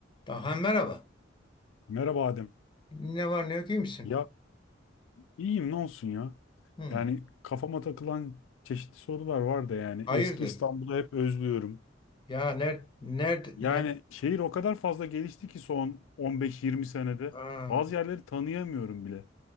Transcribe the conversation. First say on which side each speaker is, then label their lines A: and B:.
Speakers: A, on the left (about 25°); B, on the left (about 85°).
A: Aha, merhaba.
B: Merhaba Adem.
A: Ne var ne yok iyi misin?
B: Ya iyiyim ne olsun ya.
A: Hı,
B: Yani kafama takılan çeşitli sorular var da yani
A: hayırdır?
B: eski İstanbul'u hep özlüyorum.
A: Ya nerede nerede
B: Yani
A: ne?
B: şehir o kadar fazla gelişti ki son 15-20 senede
A: Aa,
B: bazı yerleri tanıyamıyorum bile.